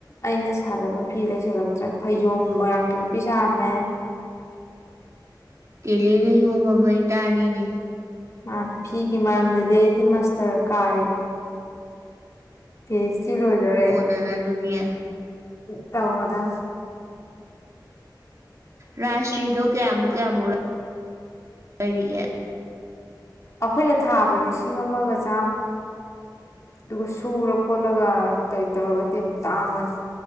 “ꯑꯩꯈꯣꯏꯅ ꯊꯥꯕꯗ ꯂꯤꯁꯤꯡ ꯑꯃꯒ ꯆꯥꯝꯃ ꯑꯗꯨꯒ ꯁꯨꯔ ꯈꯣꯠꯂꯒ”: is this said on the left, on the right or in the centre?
Left